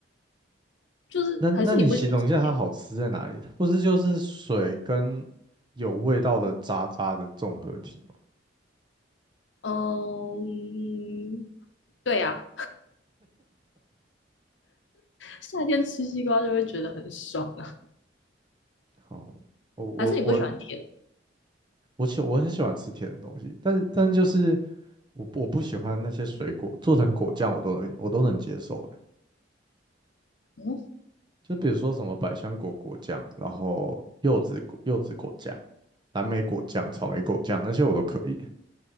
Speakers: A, on the left; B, on the right.
A: 就是还是你不喜欢吃甜。
B: 那那你形容一下它好吃在哪里？它不是就是水跟有味道的渣渣的综合体吗？
A: 嗯，对呀、夏天吃西瓜就会觉得很爽啊。
B: 哦，我我我
A: 还是你不喜欢甜？
B: 我喜我很喜欢吃甜的东西，但是但是就是我不我不喜欢那些水果做成果酱，我都能我都能接受。
A: 嗯，
B: 就比如说什么百香果果酱，然后柚子果柚子果酱、蓝莓果酱、草莓果酱那些我都可以。